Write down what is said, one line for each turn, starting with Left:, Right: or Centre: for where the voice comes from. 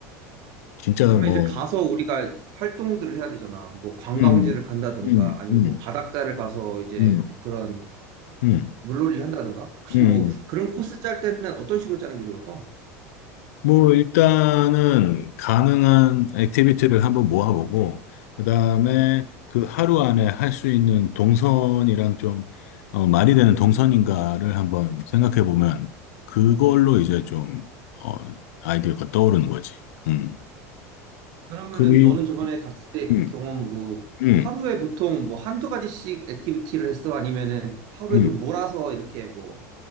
Left: 진짜
Right: 그러면
Left: 뭐,
Right: 이제 가서 우리가 활동들을 해야 되잖아. 뭐 관광지를
Left: 음,
Right: 간다던가
Left: 음, 음,
Right: 아니면
Left: 음,
Right: 뭐 바닷가를 가서 이제
Left: 음,
Right: 뭐 그런
Left: 음.
Right: 물놀이를 한다던가. 혹시
Left: 음.
Right: 뭐 그런 코스 짤 때는 어떤 식으로 짜는 게 좋을까?
Left: 뭐, 일단은 가능한 액티비티를 한번 모아보고, 그 다음에 그 하루 안에 할 수 있는 동선이랑 좀, 어, 말이 되는 동선인가를 한번 생각해 보면, 그걸로 이제 좀, 어, 아이디어가 떠오르는 거지. 음.
Right: 그러면은
Left: 그리,
Right: 너는 저번에 갔을 때
Left: 음,
Right: 경험으로
Left: 음,
Right: 하루에 보통 뭐 한두 가지씩 액티비티를 했어? 아니면은 하루에
Left: 음.
Right: 좀 몰아서 이렇게 뭐